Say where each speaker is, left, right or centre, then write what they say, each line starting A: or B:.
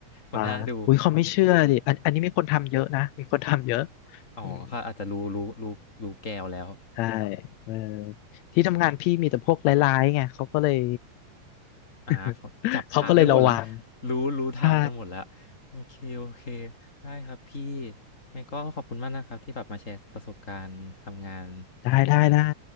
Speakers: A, on the left; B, on the left.
A: หัวหน้าดู
B: อ่าอุ้ยเขาไม่เชื่อดิอันอันนี้มีคนทำเยอะนะมีคนทำเยอะ
A: อ๋อเขาอาจจะรู้รู้รู้รู้แก้วแล้ว
B: อืมใช่เออที่ทำงานพี่มีแต่พวกร้ายๆไงเขาก็เลย
A: อ่าพอจับทางได้หมดแล้ว
B: <laughs> เขาก็เลยระวัง
A: <laughs> รู้รู้ทางกันหมดแล้ว
B: ใช่
A: โอเค โอเค ได้ครับพี่งั้งก็ขอบคุณมากนะครับที่แบบมาแชร์ประสบการณ์ทำงาน
B: ได้ได้ได้